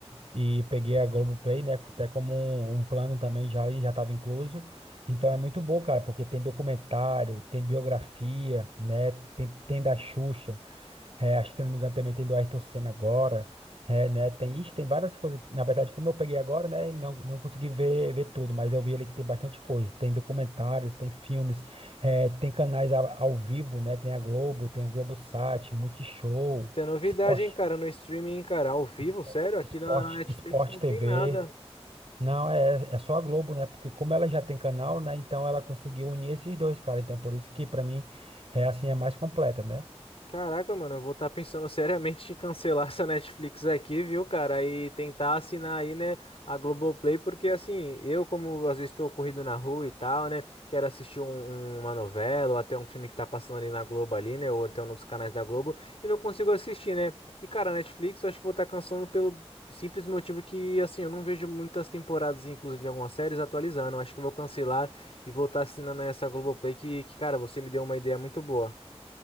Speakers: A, on the right (about 65°); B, on the left (about 60°).
A: e, e peguei a Globoplay, né? Até como um, um plano também já ali, já estava incluso. Então é muito bom, cara, porque tem documentário, tem biografia, né? Tem, tem da Xuxa, é, acho que se não me engano também tem do Ayrton Senna agora, é, né? Tem, ixi, tem várias coisas. Na verdade, como eu peguei agora, né? Não, não consegui ver, ver tudo, mas eu vi ali que tem bastante coisa. Tem documentários, tem filmes. É, tem canais ao, ao vivo, né? Tem a Globo, tem o Globosat, Multishow,
B: Isso é novidade,
A: Esporte,
B: hein, cara, no streaming, cara, ao vivo,
A: Espo-
B: sério, aqui
A: Esporte,
B: na na Netflix
A: Esporte
B: não
A: TV.
B: tem nada.
A: Não, é, é só a Globo, né? Porque como ela já tem canal, né? Então ela conseguiu unir esses dois, cara. Então por isso que pra mim é assim, é mais completa, né?
B: Caraca, mano, eu vou estar pensando seriamente em cancelar essa Netflix aqui, viu, cara? E tentar assinar aí, né, a Globoplay, porque assim, eu, como às vezes estou corrido na rua e tal, né, quero assistir um- um- uma novela ou até um filme que tá passando ali na Globo ali, né, ou até um dos canais da Globo, e não consigo assistir, né? E, cara, a Netflix eu acho que vou estar cancelando pelo simples motivo que, assim, eu não vejo muitas temporadas, inclusive de algumas séries, atualizando. Eu acho que eu vou cancelar e vou estar assinando essa Globoplay que, que, cara, você me deu uma ideia muito boa.